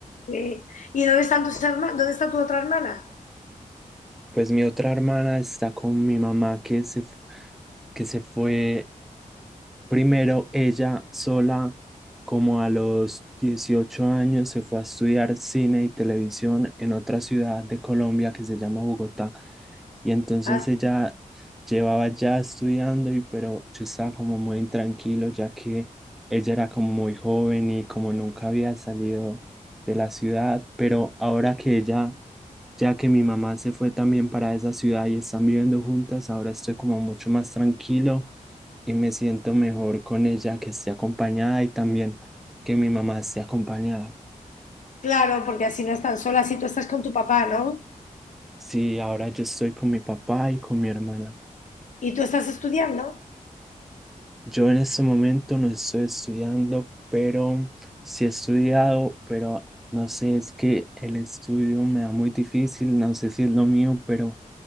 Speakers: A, on the left; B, in the centre.
A: Sí. ¿Y dónde están tus herma- ¿Dónde está tu otra hermana?
B: Pues mi otra hermana está con mi mamá que se, f- que se fue Primero, ella sola, como a los 18 años, se fue a estudiar cine y televisión en otra ciudad de Colombia que se llama Bogotá. Y entonces
A: Ah,
B: ella llevaba ya estudiando, y, pero yo estaba como muy intranquilo, ya que ella era como muy joven y como nunca había salido de la ciudad. Pero ahora que ella, ya que mi mamá se fue también para esa ciudad y están viviendo juntas, ahora estoy como mucho más tranquilo y me siento mejor con ella que esté acompañada y también que mi mamá esté acompañada.
A: claro, porque así no están solas y tú estás con tu papá, ¿no?
B: Sí, ahora yo estoy con mi papá y con mi hermana.
A: ¿Y tú estás estudiando?
B: Yo en este momento no estoy estudiando, pero sí he estudiado, pero no sé, es que el estudio me da muy difícil, no sé si es lo mío, pero